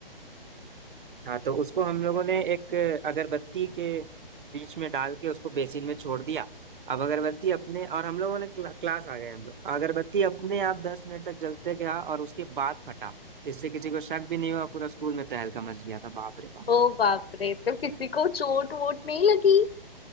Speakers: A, on the right; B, on the left.
A: हाँ तो उसको हम लोगों ने एक अगरबत्ती के बीच में डाल के उसको बेसिन में छोड़ दिया अब अगरबत्ती अपने और हम लोगों ने क्ला, क्लास आ गए हम लोग अगरबत्ती अपने आप दस मिनट तक जलते गया और उसके बाद फटा इससे किसी को शक भी नहीं हुआ पूरा स्कूल में तहलका मच गया था बाप रे बाप
B: ओ बाप रे तो किसी को चोट वोट नहीं लगी